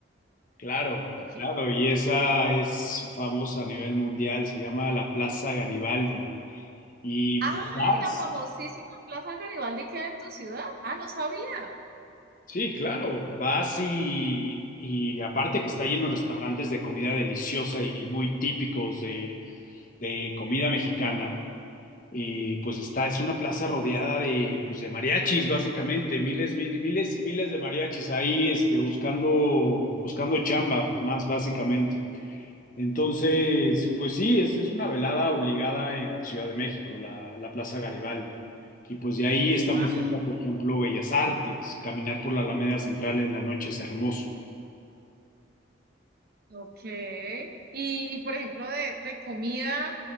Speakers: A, on the left (about 40°); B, on the right (about 50°).
A: Claro,
B: Ok,
A: claro, y esa es famosa a nivel mundial, se llama la Plaza Garibaldi. Y
B: Ah,
A: pues vas,
B: la famosísima Plaza Garibaldi queda en tu ciudad. Ah, no sabía.
A: sí, claro, vas y, y aparte que está lleno de restaurantes de comida deliciosa y muy típicos de, de comida mexicana, y pues está, es una plaza rodeada de, pues de mariachis, básicamente, miles, mil- miles y miles de mariachis ahí, este, buscando, buscando chamba, más básicamente. Entonces, pues sí, es, es una velada obligada en Ciudad de México, la, la Plaza Garibaldi. Y pues de ahí está
B: Ah,
A: muy cerca, por ejemplo, Bellas Artes. Caminar por la Alameda Central en la noche es hermoso.
B: ok. Y, y, por ejemplo, de, de comida,